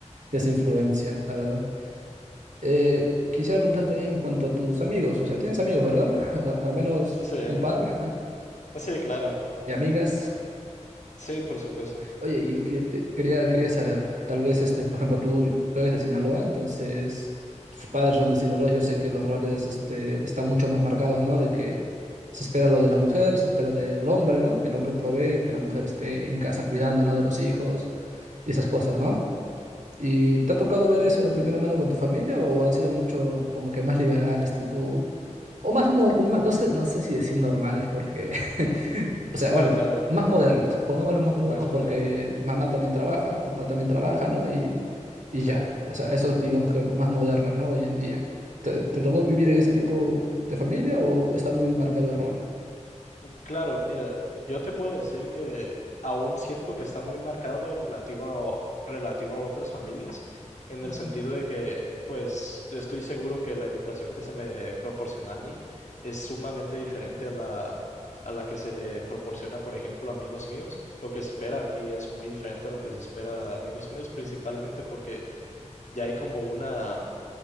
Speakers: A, on the right; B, on the left.
A: de esa influencia, la verdad. Eh, quisiera preguntar también en cuanto a tus amigos, o sea, tienes amigos, ¿verdad? <laughs> A- Al menos
B: Sí,
A: un par <laughs>
B: sí, claro.
A: de amigas.
B: Sí, por supuesto.
A: Oye, y que- que- quería, quería saber, tal vez, este, por ejemplo, tú, tú eres de Sinaloa, entonces tus padres son de Sinaloa, yo sé que los roles, este, están mucho más marcados, ¿no? De que se espera lo de la mujer, se espera del hombre, ¿no? Que el hombre provee, que la mujer esté en casa cuidando, ¿no? De los hijos y esas
B: Ujú.
A: cosas, ¿no? ¿Y te ha tocado ver eso de primera mano con tu familia o han sido mucho como que más liberales, tipo, o más normal, no sé, no sé si decir normales porque, <laughs> o sea,
B: Claro,
A: bueno,
B: claro,
A: más modernos, pongámoslo más modernos
B: más
A: porque
B: moderno,
A: mamá también trabaja, papá también trabaja, ¿no? Y, y
B: Sí.
A: ya, o sea, eso digamos que lo más moderno es, ¿no? Hoy en día. ¿Te, te tocó
B: Ujú.
A: vivir en ese tipo de familia o está muy marcado el rol?
B: Claro, mira, yo te puedo decir que aún siento que está muy marcado relativo a, relativo a otras familias, en
A: Ujú,
B: el sentido de que, pues, yo estoy seguro que la educación que se me proporciona a mí es sumamente diferente a la, a la que se le proporciona, por ejemplo, a amigos míos. Lo que se espera a mí es muy diferente a lo que se espera a amigos míos, principalmente porque ya hay como una